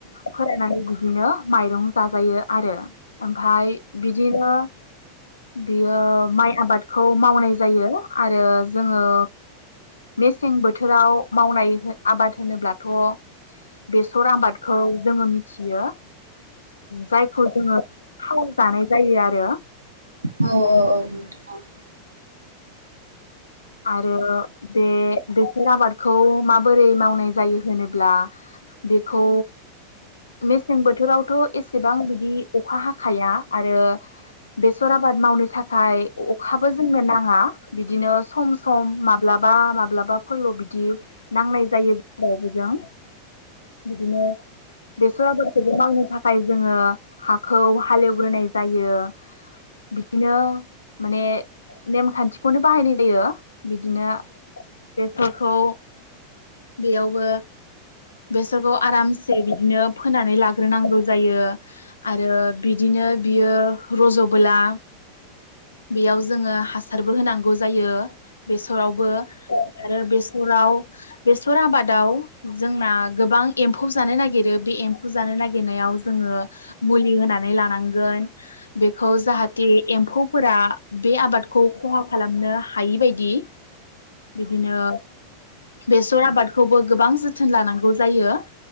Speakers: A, on the left (about 70°); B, on the right (about 80°).
A: फोराननानै बिदिनो माइरं जाजायो आरो ओमफ्राय बिदिनो बियो माइ आबादखौ मावनाय जायो आरो जोङो मेसें बोथोराव मावनाय आबाद होनोब्ला थ' बेसर आबादखौ जोङो मिथियो जायखौ जोङो थाव जानाय जायो आरो
B: औ औ औ
A: आरो बे बेसर आबादखौ माबोरै मावनाय जायो होनोब्ला बेखौ मेसें बोथोरावथ' एसेबां बिदि अखा हाखाया आरो बेसर आबाद मावनो थाखाय अखाबो जोंनो नाङा बिदिनो सम सम माब्लाबा माब्लाबाफोरल' बिदि नांनाय जायो जावबोजों बिदिनो बेसर आबादखौबो मावनो थाखाय जोङो हाखौ हालेवग्रोनाय जायो बिदिनो माने नेमखान्थिखौनो बाहायनाय जायो जायो बिदिनो बेसरखौ बेयावबो बेसरखौ आरामसे बिदिनो फोनानै लाग्रोनांगौ जायो आरो बिदिनो बियो रज'बोला बेयाव जोङो हासारबो होनांगौ ज जायो बेसरावबो आरो बेसराव बेसर आबादाव जोंना गोबां एम्फौ जानो नागिरो बे एम्फौ जानो नागिरनायाव जोङो मुलि होनानै लानांगोन बेखौ जाहाथे एम्फौफोरा बे आबादखौ खहा खालाम मोननो हायि बायदि बिदिनो बेसर आबादखौबो गोबां जोथोन लानांगौ जायो